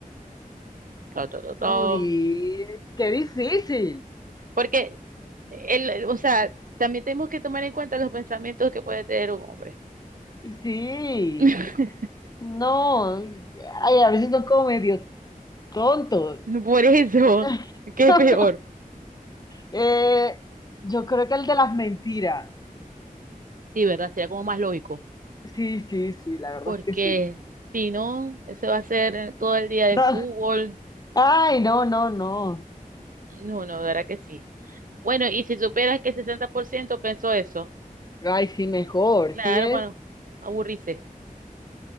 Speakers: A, on the right (about 65°); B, on the left (about 25°).
A: To, to, to, to.
B: Uy, qué difícil.
A: Porque, el, o sea, también tenemos que tomar en cuenta los pensamientos que puede tener un hombre.
B: Sí.
A: <laughs>
B: No, ay, a veces son como medio tontos.
A: Por eso,
B: <laughs>
A: ¿qué es peor?
B: Eh, yo creo que el de las mentiras.
A: Sí, ¿verdad? Sería como más lógico.
B: Sí, sí, sí, la verdad
A: Porque
B: es que sí.
A: si no, eso va a ser todo el día de
B: No.
A: fútbol.
B: Ay, no, no, no.
A: No, no, de verdad que sí. Bueno, y si supieras que el 60% pensó eso,
B: Ay, sí, mejor,
A: pues claro,
B: ¿sí ves?
A: bueno, aburrirse,